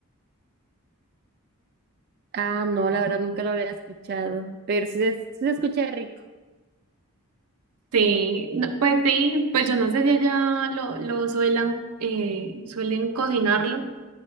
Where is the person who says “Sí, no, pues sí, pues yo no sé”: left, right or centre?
Right